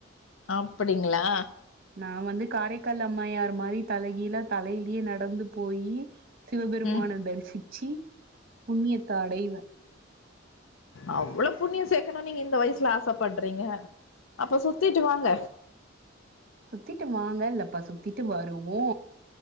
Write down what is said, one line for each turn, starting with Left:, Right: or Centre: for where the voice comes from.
Left: அப்டிங்ளா
Right: நா வந்து காரைக்கால் அம்மையார் மாரி தலைகீழ தலையிலியே நடந்து போயி சிவபெருமான
Left: ம்
Right: தரிசிச்சி புண்ணியத்த அடைவே
Left: அவ்ளோ புண்ணியோ சேக்குணுனு நீங்க இந்த வயிஸ்ல ஆசப்பட்றீங்க அப்ப சுத்திட்டு வாங்க
Right: சுத்திட்டு வாங்கல்லப்பா சுத்திட்டு வருவோ